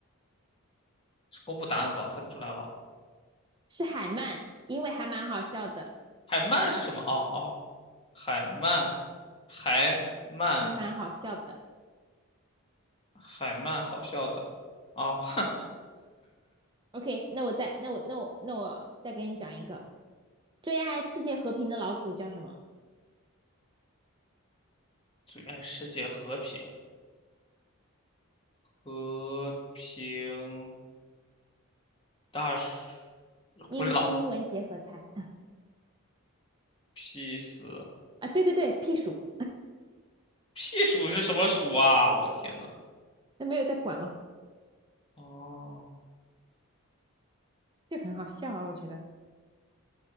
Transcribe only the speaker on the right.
是海鳗，因为还蛮好笑的，
还蛮好笑的。
OK，那我再，那我那我那我再给你讲一个，最爱世界和平的老鼠叫什么？
英中英文结合猜
啊，对对对，屁鼠，
<laughs> 那没有在管吗？
这个很好笑啊，我觉得。